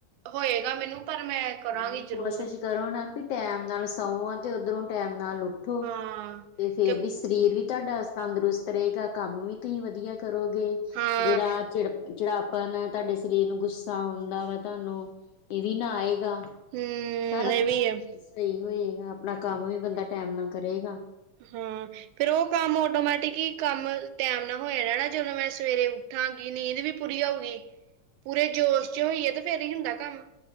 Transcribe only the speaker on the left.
ਨਹੀਂ ਕੋਸ਼ਿਸ਼
ਕਰੋ ਨਾ ਵੀ ਟੈਮ ਨਾਲ ਸਵੋ ਤੇ ਉੱਧਰੋਂ ਟੈਮ ਨਾਲ ਉਠ ਉਠੋ,
ਤੇ ਫਿਰ
ਵੀ ਸਰੀਰ ਵੀ ਤੁਹਾਡਾ ਤੰਦਰੁਸਤ ਰਹੇਗਾ ਕੰਮ ਵੀ ਤੁਸੀਂ ਵਧੀਆ ਕ ਕਰੋਗੇ
ਜਿਹੜਾ ਚਿੜ-ਚਿੜਾਪਨ ਤੁਹਾਡੇ ਸਰੀਰ ਨੂੰ ਗੁੱਸ ਤਾ ਹੁੰਦਾ ਵਾ ਤੁਹਾਨੂੰ, ਇਹ ਵੀ ਨਾ ਆਏਗਾ,
ਸਾਰਾ
ਕੁਛ।
ਸਹੀ ਹੋਏਗਾ, ਆਪਣਾ ਕੰਮ ਵੀ ਬੰਦਾ ਟੈਮ ਨਾਲ ਕਰੇਗਾ।